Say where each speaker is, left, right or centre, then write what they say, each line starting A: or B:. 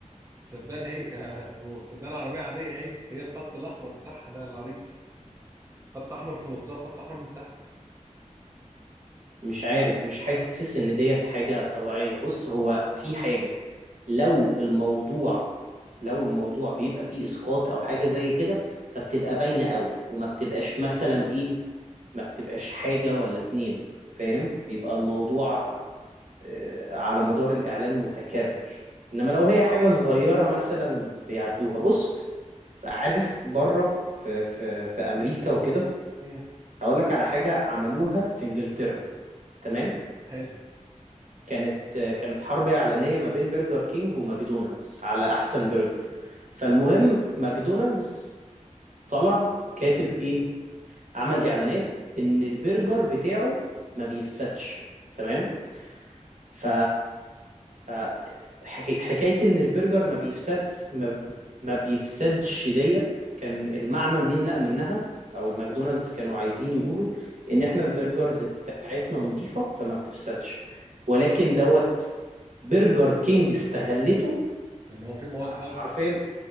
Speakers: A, on the right; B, on the right.
A: صدقني هي آه، صدقني عربيه عاديه هي هي الخط الاحمر بتاعها ده العريض ده خط احمر في نصها وخط احمر من تحت
B: مش عارف مش حاسس إن ديت حاجة طبيعية بص هو في حاجة لو الموضوع لو الموضوع بيبقى فيه إسقاط أو حاجة زي كده فبتبقى باينة قوي وما بتبقاش مثلا إيه ما بتبقاش حاجة ولا اتنين فاهم بيبقى الموضوع آه، على مدار الإعلان متكرر إنما لو هي حاجة صغيرة مثلا بيعدوها بص عارف بره في في في أمريكا وكده
A: امم
B: هقول لك على حاجة عملوها في إنجلترا تمام
A: حلو
B: كانت آه، كانت حرب إعلانية ما بين برجر كينج وماكدونالدز على أحسن برجر فالمهم ماكدونالدز طلع كاتب إيه عمل إعلانات إن البرجر بتاعه ما بيفسدش تمام ف ف- حكي- حكاية إن البرجر ما بيفسدش ما ما بيفسدش ديت كان المعنى من منها أو الماكدونالدز كانوا عايزين يقولوا إن إحنا البرجرز بتاعتنا نظيفة فما بتفسدش ولكن دوت برجر كينج استغلته
A: ان هو في مواد حفظ
B: حرفيا
A: <laughs>